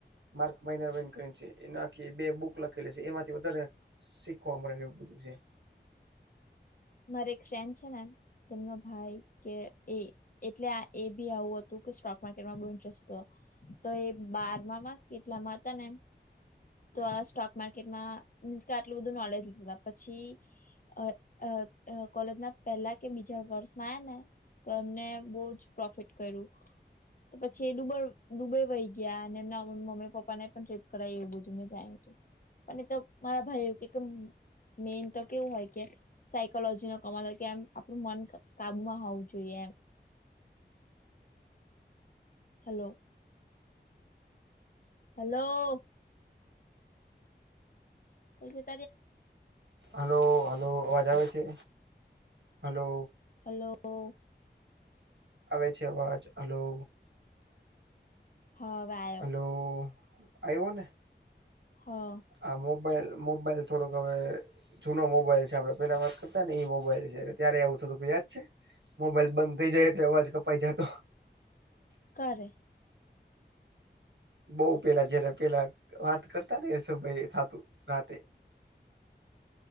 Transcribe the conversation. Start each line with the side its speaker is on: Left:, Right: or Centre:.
Right: માર્ક માઇનરન વર્ણ કરી છે અને આખી બે બુક લખલી છે, એમાંથી વધારે શીખવા મળે એવું બધું હે.
Left: મારે એક ફ્રેન્ડ છે તેમનો ભાઈ કે એ. એટલે આ એ બી આવું હતું કે સ્ટોક માર્કેટમાં ઇન્ટરેસ્ટ હતો. તો એ બારમામાં કેટલામાં હતા ને તો આ સ્ટોક માર્કેટમાં મીન્સ કે આટલું બધું નોલેજ લીધા હતા પછી અહ અહ કોલેજના પહેલા કે બીજા વર્ષમાં આયા ને. તો એમને બહુ જ પ્રોફિટ કર્યું. તો પછી એ દુબ દુબઈ વહી ગયા અને એમના મમ્મી પપ્પા ને પણ ટ્રીપ કરાયી એવું બધું મેને જાણ્યું હતું. અને તો મારા ભાઈ એવું કે મેન તો કેવું હોય કે સાયકોલોજી નો કમાલ હોય કે એમ આપડું મન કાબુમાં હોવું જોઈએ એમ. Hello hello. <unintelligible>
Right: હલો હલો અવાજ આવે છે? હલો.
Left: હલો ઓ.
Right: આવે છે અવાજ. હલો.
Left: અવાજ
Right: હલો, આયવોને?
Left: હા.
Right: આ મોબાઈલ મોબાઈલ થોડોક હવે જૂનો મોબાઈલ છે આપડે પેલા વાત કરતા ને એઈ મોબાઈલ છે ત્યારે એવું થતું યાદ છે. મોબાઈલ બંધ થઈ જાય એટલે અવાજ કપાઈ જાતો.
Left: કારે
Right: બઉ પેલા જયારે પેલા વાત કરતાં એ સમય થાતું રાતે.
Left: <inaudible>